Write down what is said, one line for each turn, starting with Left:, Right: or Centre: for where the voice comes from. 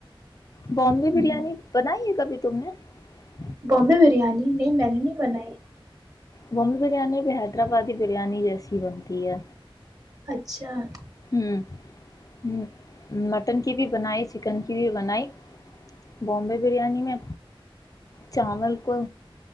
Left: بمبے
Right: ہوں،
Left: برییاانی بنائیے کبھی تم نے <unintelligible>
Right: بمبے بریانی <unintelligible> نہیں میں نے نہیں بنائی <unintelligible>
Left: بمی بریانی بھی حیدرآبادی بریانی جیسی بنتی ہے
Right: اچھا <unintelligible>
Left: ہ ہ مٹن کی بھی بنائی چکن کی بھی بنائی بومبے بریانی میں چاول کو